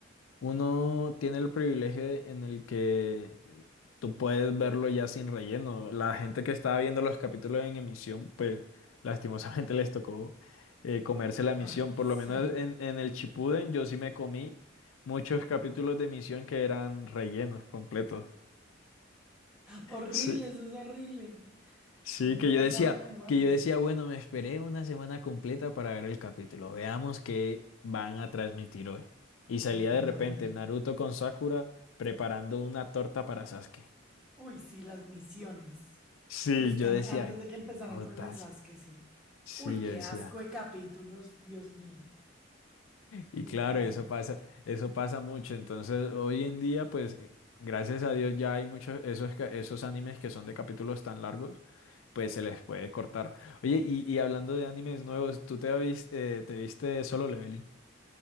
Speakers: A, on the left; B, in the centre.
A: Uno tiene el privilegio de- en el que tú puedes verlo ya sin relleno. La gente que estaba viendo los capítulos en emisión, pues <laughs> lastimosamente les tocó eh, comerse la emisión.
B: Ay,
A: Por
B: sí.
A: lo menos en, en el Chipuden yo sí me comí muchos capítulos de emisión que eran rellenos completos.
B: Horrible,
A: Sí.
B: eso es horrible.
A: Sí,
B: A mí me
A: que
B: ha pasado
A: yo decía,
B: con One
A: que
B: Piece.
A: yo decía, bueno, me esperé una semana completa para ver el capítulo. Veamos qué van a transmitir hoy. Y salía
B: Menuda
A: de repente
B: mierda.
A: Naruto con Sakura preparando una torta para Sasuke.
B: Uy, sí, las misiones.
A: Sí,
B: Buscan,
A: yo decía,
B: antes de que
A: qué
B: empezaran
A: putas.
B: con lo de Sasuke, sí.
A: Sí,
B: Uy,
A: yo
B: qué
A: decía,
B: asco de capítulos, Dios mío. Sí,
A: Y claro,
B: como,
A: eso pasa, eso pasa mucho. Entonces, hoy en día, pues, eh, gracias a Dios ya hay muchos esos, ca- esos animes que son de capítulos tan largos, pues se les puede cortar. Oye, y, y hablando de animes nuevos, ¿tú te, avis- eh, te viste Solo Leveling?